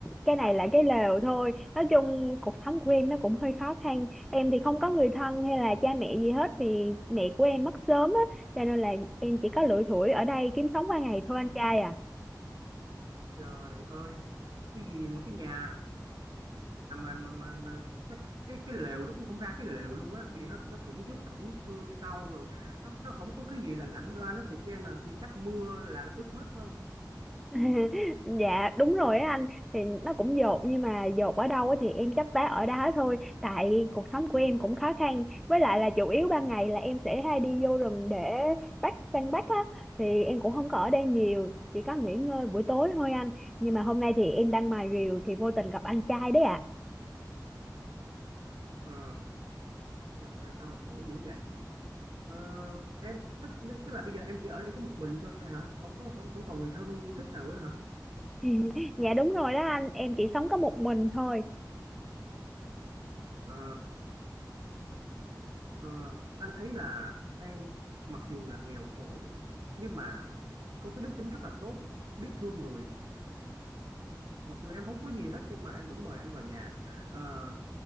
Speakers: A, in the centre; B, on the right.
A: cái này là cái lều thôi. Nói chung cuộc sống của em nó cũng hơi khó khăn. Em thì không có người thân hay là cha mẹ gì hết vì mẹ của em mất sớm á. Cho nên là em chỉ có lủi thủi ở đây kiếm sống qua ngày thôi anh trai à.
B: Trời ơi cái gì mà cái nhà À, mà mà mà, mà cái, cái cái lều nó cũng không ra cái lều luôn á vì nó nó thủng trước thủng sau rồi nó nó không có cái gì là lặn ra nó thiệt với em là chắc mưa là ướt hết phải không
A: <laughs> dạ đúng rồi á anh thì nó cũng dột nhưng mà dột ở đâu á thì em chấp vá ở đó thôi tại cuộc sống của em cũng khó khăn với lại là chủ yếu ban ngày là em sẽ hay đi vô rừng để bắt săn bắt á thì em cũng không có ở đây nhiều chỉ có nghỉ ngơi buổi tối thôi anh nhưng mà hôm nay thì em đang mài rìu thì vô tình gặp anh trai đấy ạ
B: ờ trời ơi sao mà khổ dữ vậy ờ, em tức tức là bây giờ em chỉ ở đây có một mình thôi hả không có không không còn người thân thích nào nữa hả
A: <laughs> dạ đúng rồi đó anh em chỉ sống có một mình thôi
B: ờ ờ, anh thấy là em mặc dù là nghèo khổ nhưng mà có cái đức tính rất là tốt biết thương người mặc dù em không có gì hết nhưng mà em vẫn mời anh vào nhà Ờ,